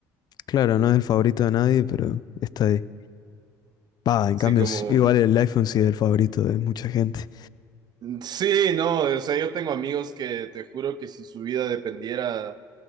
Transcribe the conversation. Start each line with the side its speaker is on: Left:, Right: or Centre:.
Left: claro,
Right: co-
Left: no es el favorito de nadie, pero está ahí. Va, en
Right: Sí,
Left: cambio,
Right: como,
Left: s- igual el iPhone sí es el favorito de mucha gente.
Right: sí, no, o sea, yo tengo amigos que te juro que si su vida dependiera